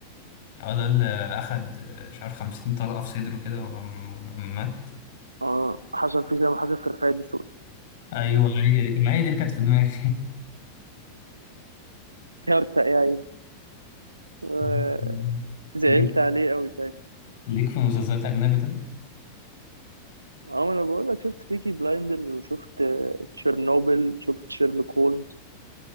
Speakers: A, on the left (about 50°); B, on the right (about 80°).
A: اه ده اللي أخد آه، مش عارف خمسين طلقة في صدره كده وقام وقام مات
B: اه حصل فيه زي ما حصل في رفاعي دسوقي
A: أيوه هي دي ما هي دي اللي كانت في دماغي
B: <laughs> هرتق يا عيني
A: <laughs>
B: زعلت
A: ليك
B: عليه قوي ساعتها
A: ليك في مسلسلات أجنبي طيب؟
B: اه ما انا بقول لك شفت بيكي بلايندرز وشفت آه، تشيرنوبل شفت شيرلوك هولمز